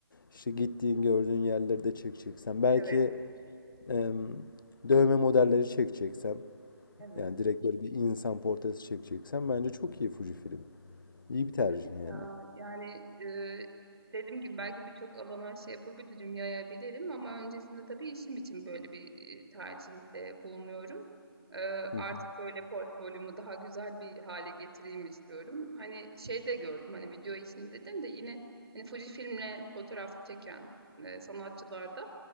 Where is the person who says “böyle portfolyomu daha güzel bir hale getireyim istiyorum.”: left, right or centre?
Right